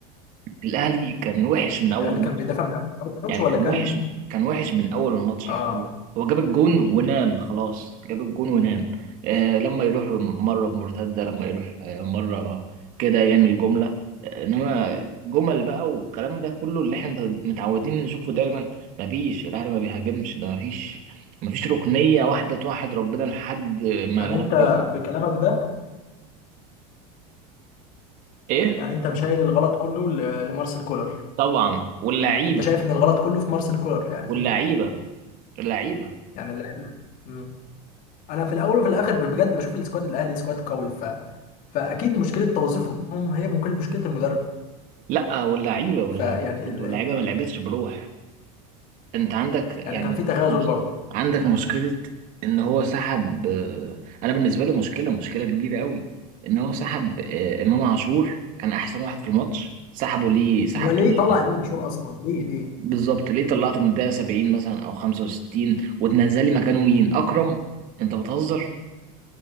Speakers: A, on the right (about 45°); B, on the left (about 45°).
A: الاهلي كان وحش من اول
B: الاهلي كان بيدافع من اول ماتش
A: يعني
B: ولا
A: كان
B: كان
A: وحش كان وحش من اول الماتش
B: اه
A: يعني هو هو جاب الجون ونام خلاص جاب الجون ونام آه لما يروح مره بمرتده لما يروح آه مره كده يعمل جمله آه انما جمل بقى والكلام ده كله اللي احنا متعودين نشوفه دايما مفيش الاهلي ما بيهاجمش ده مفيش مفيش ركنيه واحده توحد ربنا لحد ما
B: يعني
A: الاهلي
B: انت
A: جاب
B: بكلامك ده
A: ايه
B: يعني انت مشايل الغلط كله ل- لمارسيل كولر
A: طبعا واللعيبه
B: انت شايف ان الغلط كله في مارسيل كولر يعني في
A: واللعيبه اللعيبه
B: يعني اللاعب مم. انا في الاول وفي الاخر بجد بشوف السكواد الاهلي سكواد قوي فاكيد مشكله توظيفهم هي ممكن مشكله المدرب
A: لا واللعيبه واللعيبه
B: فيعني ال-
A: برضه اللعيبه
B: ال-
A: ما لعبتش بروح انت عندك
B: يعني
A: يعني
B: كان في تغازل برضه
A: عندك مشكلة ان هو سحب آه، انا بالنسبة لي مشكلة مشكلة كبيرة قوي ان هو سحب آه، امام عاشور كان احسن واحد في الماتش سحبه ليه سحبته
B: هو ليه
A: ليه
B: طلع امام عاشور اصلا ليه ليه
A: بالظبط ليه طلعته من الدقيقة 70 مثلا او 65 وتنزلي مكانه مين اكرم انت بتهزر